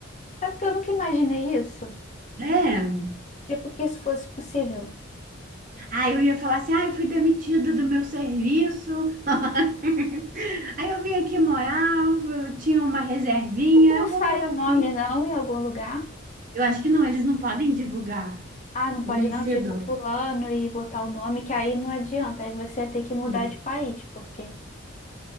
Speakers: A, on the left (about 35°); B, on the right (about 40°).
A: é porque eu nunca imaginei isso?
B: É.
A: Tipo, que isso fosse possível.
B: Aí eu ia falar assim, ah, eu fui demitida do meu serviço, <laughs> aí eu vim aqui morar, eu tinha uma reservinha,
A: A gente
B: ah,
A: não
B: eu
A: sai
B: vou morar aqui.
A: o nome, não, em algum lugar.
B: Eu acho que não, eles não podem divulgar
A: Ah, não pode
B: o vencedor.
A: não, tipo, fulano e botar o nome, que aí não adianta. Aí você ia ter que mudar
B: É,
A: de país, porque